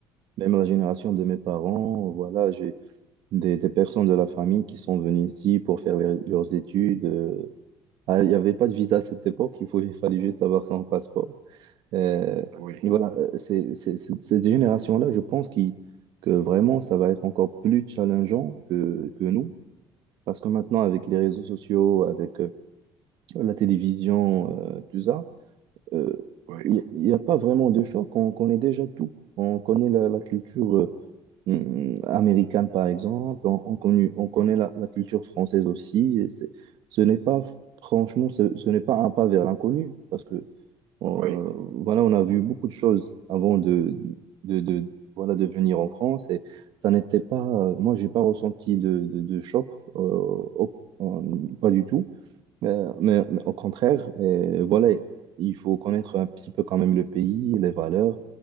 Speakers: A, on the right (about 50°); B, on the right (about 75°).
A: même la génération de mes parents, voilà, j'ai des, des personnes de la famille qui sont venues ici pour faire les- leurs études. euh. Ah, il n'y avait pas de visa à cette époque, il faut, il fallait juste avoir son passeport. Euh,
B: Oui,
A: et voilà, euh, c'est, c'est, c'est- cette génération-là, je pense qui- que vraiment, ça va être encore plus challengeant que, que nous parce que maintenant, avec les réseaux sociaux, avec euh, la télévision, euh, tout ça, euh,
B: oui,
A: il n'y a pas vraiment de choc. On connaît déjà tout. On connaît la, la culture euh, hum, américaine, par exemple. On, on connu- on connaît
B: mhm.
A: la, la culture française aussi. Et c'est- ce n'est pas, franchement, ce, ce n'est pas un pas vers l'inconnu. Parce que on,
B: oui,
A: euh, voilà, on a vu beaucoup de choses avant de, de, de- voilà, de venir en France et ça n'était pas, euh, moi, j'ai pas ressenti de, de, de choc, euh, au- en- pas du tout, mais, mais- mais au contraire, et voilà, il faut connaître un petit peu quand même le pays, les valeurs,